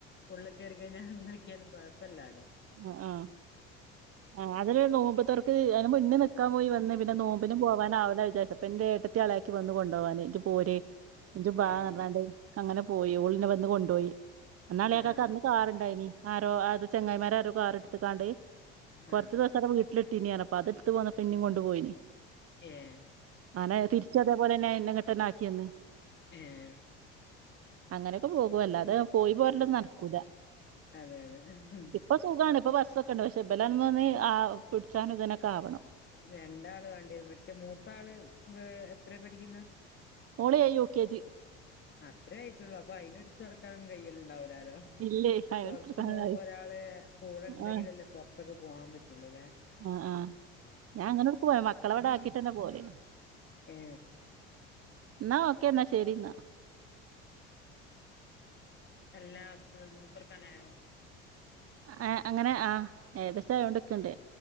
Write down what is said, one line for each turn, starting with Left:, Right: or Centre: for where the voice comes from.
Left: ഉള്ളക്ക് കയറി കഴിഞ്ഞാ എന്തായി <unintelligible> കൊയപ്പല്ലാലോ
Right: ആ ആഹ് ആ അതില് നോമ്പ് തൊർക്ക് മുന്ന് നിക്കാൻ പോയി വന്ന് പിന്നെ നോമ്പിനു പോവാനാ വൂല വിചാരിച്ച അപ്പംൻ്റെ ഏട്ട ത്തി അളിയാക്കിം വന്ന് കൊണ്ടോവാന് ജ് പോര് ഇജ്ജ് ബാ
Left: ഏഹ്
Right: പർഞ്ഞാണ്ട് അങ്ങനെ പോയി ഓൾ ന്നെ വന്ന് കൊണ്ടോയി അന്ന് അളിയാകാക്ക്
Left: ആഹ്
Right: അന്ന് കാറ്ണ്ടായിനി ആരോ ആർദോ ചങ്ങായിമാരാ ര്‌തോ കാർ ഇട്ത്ത്ക്കാണ്ട് കുറച്ച്
Left: ആഹ്
Right: ദിവസം അവിടെ വീട്ടില് ട്ടിനി പറഞ്ഞു അപ്പ അത് ട്ത്ത് പോന്നപ്പ് ഇന്നിം കൊണ്ട് പോയിനി
Left: ഏഹ്
Right: ആനെ തിരിച്ചും അതേപോലെന്നെ ഇന്നെ ങ്ങട്ടന്നാക്കിയന്ന്
Left: ഏഹ്
Right: അങ്ങനെയൊക്കെ പോകും അല്ലാതെ പോയി പോരലൊന്നും
Left: ആഹ്
Right: നടക്കൂല
Left: അതെ അതെ
Right: ഇപ്പൊ സുഖാണ് ഇപ്പ ബസ്സൊക്കെ ഉണ്ട് പക്ഷെ ബലൊന്നും <unintelligible> ആ പിടിച്ചാനും ഇതിനൊക്കെ ആവണം
Left: രണ്ടാള് വാണ്ടി വരും മറ്റേ മൂത്താള് എത്രേ പഠിക്കുന്നത്
Right: ഓള് ഏ യൂ കെ ജി
Left: അത്രേ ആയിട്ടുള്ളൂ അപ്പൊ അയിനെ ഇട്ത്ത് നടക്കാനൊ കയ്യല്ണ്ടാവൂലാലോ
Right: ഇല്ലേ അതിനെടുത്തിരിക്കാനായി
Left: പുറത്ത് പോകുമ്പോ ഒരാള് കൂടെ ഉണ്ടെങ്കിലല്ലേ
Right: ആ
Left: പൊറത്തൊക്കെ പോവാൻ പറ്റുള്ളൂ ല്ലേ
Right: ആ ആ ഞാൻ അങ്ങനെ ഒട്ക്കും <unintelligible> മക്കളെ ഇവിടെ ആക്കിട്ടന്നെ പോകല്
Left: ഏ
Right: ന്നാ ഓക്കേന്നാ ശരിന്നാ
Left: അല്ലാ നോമ്പറക്കാനായോ
Right: ഏ അങ്ങനെ ആഹ് ഏകദേശം ആയതോണ്ട്ക്ണ്ട്